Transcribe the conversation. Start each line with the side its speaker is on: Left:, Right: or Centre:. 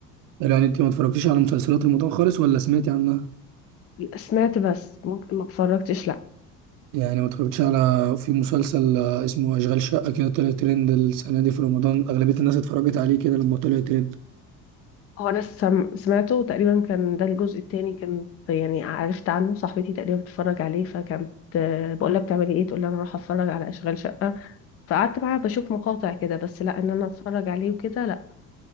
Right: يعني انت ما اتفرجتيش على مسلسلات رمضان خالص ولا سمعتي عنها
Left: سمعت بس ممكن ما اتفرجتش لا
Right: يعني ما اتفرجتيش على في مسلسل آه، اسمه اشغال شقه كده طلع ترند السنه دي في رمضان اغلبيه الناس اتفرجت عليه كده لما طلع ترند
Left: هو انا سم- سمعته تقريبا كان ده الجزء التاني كان يعني عرفت عنه صاحبتي تقريبا بتتفرج عليه فكانت آه، بقول لها بتعملي ايه تقول لي انا رايحه اتفرج على اشغال شقه فقعدت معاها بشوف مقاطع كده بس لا ان انا اتفرج عليه وكده لا